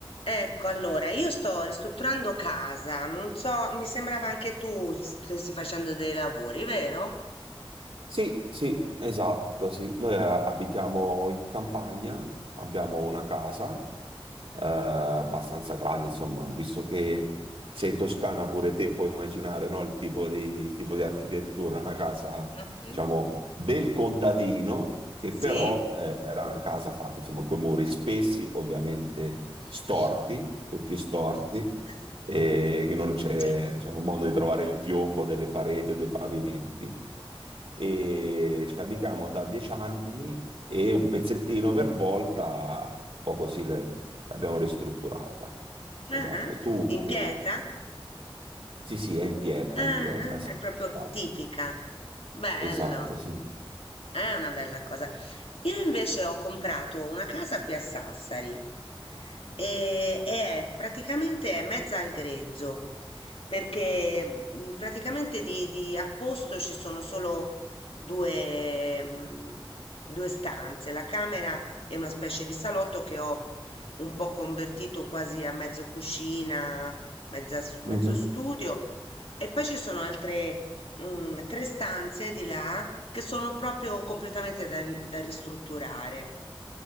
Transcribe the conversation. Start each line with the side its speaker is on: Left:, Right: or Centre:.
Left: Ecco, allora, io sto ristrutturando casa, non so, mi sembrava anche tu stessi facendo dei lavori, vero?
Right: Sì, sì, esatto, sì. Noi eh, abitiamo in campagna, abbiamo una casa eh, abbastanza grande, insomma, visto che sei toscana pure te, puoi immaginare, no, il tipo di, il tipo di architettura, una casa,
Left: Ah, sì?
Right: diciamo, del contadino, che però
Left: Sì?
Right: eh, era una casa fatta, insomma, con muri spessi, ovviamente
Left: <laughs>
Right: storti, tutti storti, e che non c'è,
Left: Cioè,
Right: diciamo, modo di trovare il piombo delle pareti o dei pavimenti e ci abitiamo da dieci anni e un pezzettino per volta, un po' così le- l'abbiamo ristrutturata. Esatto,
Left: ah,
Right: tu...
Left: In pietra?
Right: Sì, sì, è in pietra,
Left: Ah,
Right: è in pietra, sì.
Left: ah, è proprio
Right: Esatto,
Left: tipica. Bello.
Right: esatto, sì.
Left: È una bella cosa. Io invece ho comprato una casa qui a Sassari e, e è praticamente è mezza al grezzo, perché mm, praticamente di, di apposto ci sono solo due, mm, due stanze, la camera è una specie di salotto che ho un po' convertito quasi a mezzo cucina, mezza s- mezzo
Right: Mhm.
Left: studio e poi ci sono altre mm, tre stanze di là che sono proprio completamente da, ri- da ristrutturare.